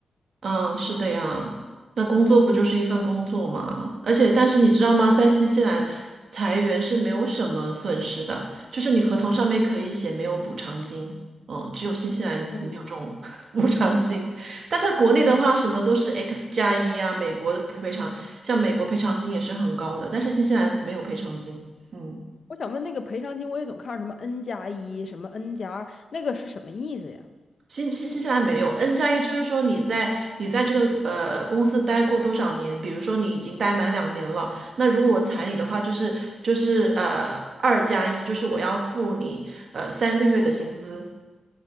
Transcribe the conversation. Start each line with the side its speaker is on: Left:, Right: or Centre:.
Right: 嗯，是的呀，那工作不就是一份工作嘛？而且，但是你知道吗，在新西兰裁员是没有什么损失的，就是你合同上面可以写没有补偿金，嗯，只有新西兰没有这种
Left: 嗯
Right: <laughs> 补偿金。但是在国内的话，
Left: 嗯，
Right: 什么都是 X 加一啊，美国的赔赔偿，像美国赔偿金也是很高的，但是新西兰没有赔偿金，嗯。
Left: 我想问那个赔偿金，我也总看什么 N 加一，什么 N 加二，那个是什么意思呀？
Right: 新新新西兰没有 N 加一，就是说你在你在这个呃公司待过多少年？比如说你已经待满两年了，那如果我裁你的话，
Left: 嗯，
Right: 就是就是呃二加一，就是我要付你呃三个月的薪资。